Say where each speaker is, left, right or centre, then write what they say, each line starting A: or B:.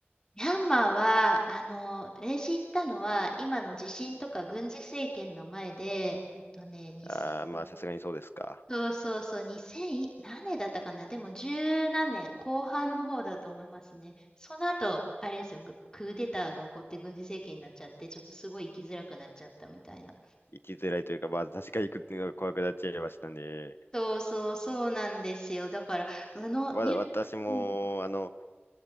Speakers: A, on the left; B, on the left.
A: ミャンマーは、あの、私行ったのは、今の地震とか軍事政権の前で、えっとね、にせん
B: あー、まあ、さすがにそうですか。
A: そうそうそう、二千、何年だったかな、でも十何年、後半の方だと思いますね。その後、あれですよ、ぐクーデターが起こって軍事政権になっちゃって、ちょっとすごい生きづらくなっちゃったみたいな。
B: 行きづらいというか、まあ、確かに行くっていうのが怖くなっちゃいましたね。
A: そうそうそうなんですよ。だから、あの、
B: わ、
A: ニュ、
B: 私も、
A: うん、
B: あの、